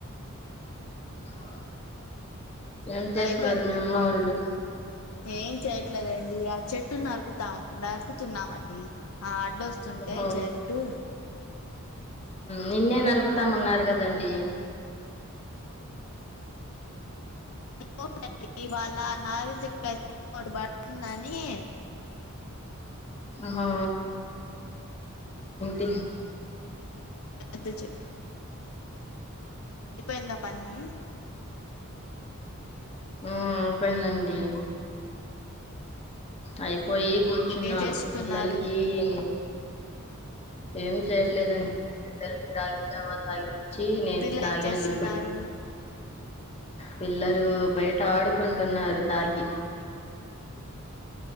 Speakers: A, on the left; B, on the left.
A: ఆ ఏం చేస్తున్నారు
B: అయిపోయింది
A: మీ అమ్మ వాళ్ళు
B: ఏం చెయట్లేదండి ఆ చెట్టు నరుకుతాం నరుకుతున్నామండి ఆ వడ్డొస్తుంటే
A: ఉహు
B: చెట్టు
A: నిన్నే నరుకుతామన్నారు కదండి
B: న వాాలా నారంజకాయటు బా ననేే
A: హా ఎ
B: ఇప్ప ఎ పనీ
A: ఆ అపోయిందండి. అయిపో పోయి కూర్చున్నాను
B: ఏం చేస్తున్నారు
A: పిల్లలకి ఏ ఏం చేయట్లేదండి పిల్లలకి రాగి అవా తాగి. జీ నేనుాగడి
B: పిల్లలు ఏం చేస్తున్నారు
A: పిల్లలు బయట ఆడుకుంటున్నారు తాగి